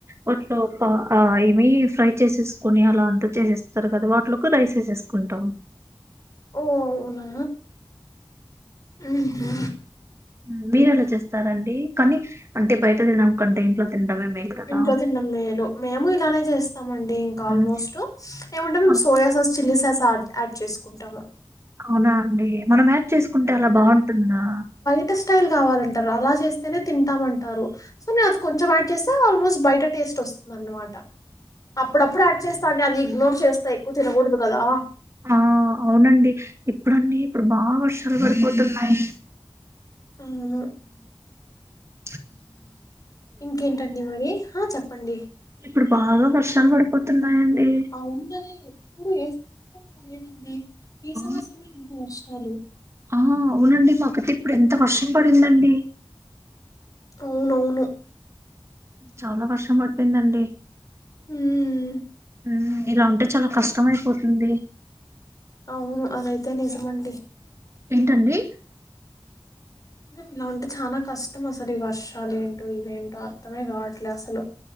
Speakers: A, on the right; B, on the left.
A: వాట్లో ఒక ఆ ఏమి ఫ్రై చేసేసుకుని అలా అంత చేసేస్తరు కదా వాటిలోకి రైస్ ఏసేసు కుంటాం
B: ఓ అవునా ఉమ్ హు
A: ఉమ్ మీరెలా చేస్తారండి కనీ అంటే బయట తినడం కంటే ఇంట్లో తినడమే మేలు కదా
B: ఇంట్లో తినడం మేలు మేము ఇలానే చేస్తామండి ఇంకా ఆల్మోస్ట్
A: మ్మ్.
B: ఏమంటే మేము
A: అ-
B: soya sauce chilli sauce add add చేసుకుంటాము
A: అవునా అండి మనం యాడ్ చేసుకుంటే అలా బాగుంటుందా
B: టల్ స్టైల్ కావాలంటారు అలా చేస్తేనే తింటామంటరు సో నేను అది కొంచెం యాడ్ చేస్తే ఆల్మోస్ట్ బయట టేస్ట్ వస్తుందన్నమాట అప్పుడప్పుడు యాడ్ చేస్త అండి అది ఇగ్నోర్ చేస్తా ఎక్కువ తినకూడదు కదా
A: ఆ అవునండి ఇప్పుడండీ ఇప్పుడు బాగ వర్షాలు పడిపోతున్నాయి
B: అవును
A: హ
B: ఇంకేంటండి మరి హా చెప్పండి
A: ఇప్పుడు బాగా వర్షాలు పడిపోతున్నాయండి.
B: ఆ ఉండది ఇప్పుడు ఏ సంవత్సరం లేదండి ఈ
A: ఆ
B: సంవత్సరమే ఏంటో వర్షాలు
A: ఆ అవునండి మాకతే ఇప్పుడు ఎంత వర్షం పడిందండి
B: అవునవును
A: చాలా వర్షం పడిపోయింది అండి
B: ఉమ్
A: అ ఇలా ఉంటే చాలా కష్టం అయిపోతుంది
B: అవును అదైతే నిజమండి
A: ఏంటండి
B: ఇలా ఉంటే చాలా కష్టం అసలు ఈ వర్షం వర్షాలు ఏంటో ఇవేంటో అర్థమే కావట్లేదు అసలు